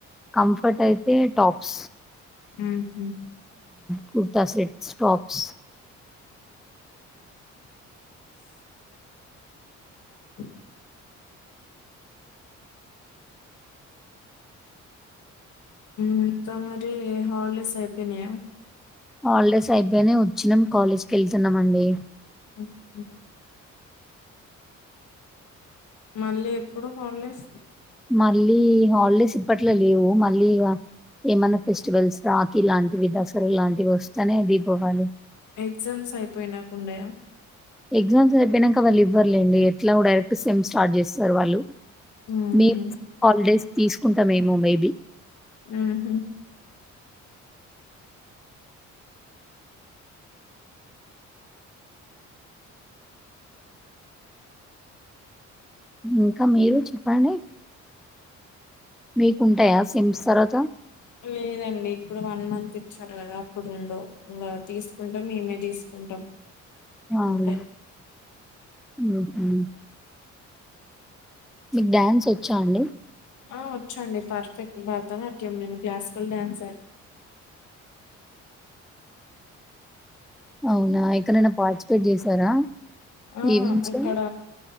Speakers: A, in the centre; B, on the left (about 75°).
A: కంఫర్ట్ అయితే టాప్స్
B: ఊహు
A: కుర్తా సెట్స్ టాప్స్
B: స్ అవున మ్ త మరి హాలిడేస్ అయిపోనయ
A: హాలిడేస్ అయిపోయినయ్ వచ్చినాం కాలేజ్ కి వెళ్తున్నామండి
B: హు హు మళ్ళీ ఎప్పుడు హలీడేస్
A: మళ్ళీ హాలిడేస్ ఇప్పట్లో లేవు మళ్ళీ ఇగ ఏమన్నా ఫెస్టివల్స్ రాకిీ లాంటివి దసర లాంటివి వస్తనే దీపవళి
B: ఎగజామ్స్ అయిపోయినాక ఉండయా
A: ఎగ్జామ్ అయిపోయినంక వాళ్ళు ఇవ్వర్లేండి ఎట్లాగు డైరెక్ట్ సెమ్ స్టార్ట్ చేస్తరు వాళ్ళు
B: మ్మ్
A: మేం
B: హ్మ్
A: హాలిడేస్ తీసుకుంటామేమో మేబీ
B: మ్మ్ హ్మ్
A: ఇంకా మీరు చెప్పండి మీకుంటాయా సెమ్స్ తర్వాత?
B: లేదండి ఇప్పుడు వన్ మంత్ ఇచ్చారు కదా అప్పుడు ఉండవు ఇంకా తీసుకుంటాం మేమే తీసుకుంటాం
A: అవున
B: అంతే
A: ఉహు మీకు డ్యాన్స్ వచ్చా అండి
B: ఆ వచ్చండి పర్ఫెక్ట్ భరత నాట్యం నేను క్లాసికల్ డ్యాన్సర్
A: అవునా ఎక్కనైనా పార్టిసిపేట్ చేశారా
B: ఆ
A: ఈవెంట్స్‌లో?
B: అక్కడ